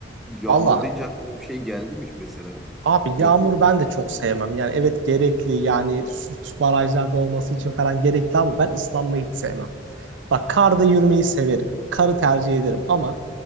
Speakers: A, in the centre; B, on the right.
A: yağmur
B: Valla
A: deyince aklına bir şey geldi mi hiç mesela?
B: abi
A: Yok.
B: yağmuru ben de çok sevmem. Yani evet gerekli yani su, su barajlarda olması için falan gerekli ama ben ıslanmayı hiç sevmem. Bak karda yürümeyi severim. Karı tercih ederim ama